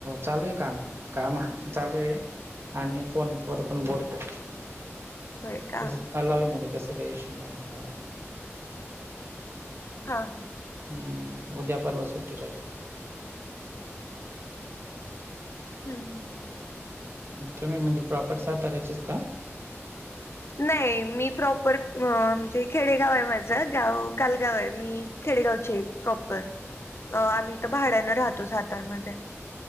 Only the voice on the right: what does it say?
चालू आहे काम, काम चालू आहे. आणि फोनवर पण बोलतोय.
तसं
हलावे म्हणजे तसं काही इशू नाही आहे एवढा.
हम्म उद्या, पर्वा सुट्टी राहील.
तुम्ही म्हणजे प्रॉपर साताऱ्याचेच का?
हो